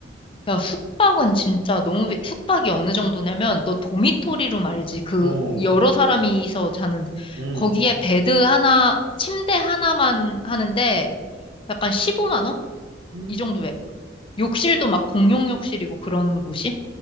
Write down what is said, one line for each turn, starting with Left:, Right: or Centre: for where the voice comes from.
Left: 야, 숙박은 진짜 너무, 비- 숙박이 어느 정도냐면, 너 도미토리룸 알지? 그,
Right: 어.
Left: 여러 사람이서 자는,
Right: 음.
Left: 거기에 베드 하나, 침대 하나만 하는데, 약간 15만 원?
Right: <gasps> 음.
Left: 이 정도에. 욕실도 막 공용 욕실이고 그런 곳이?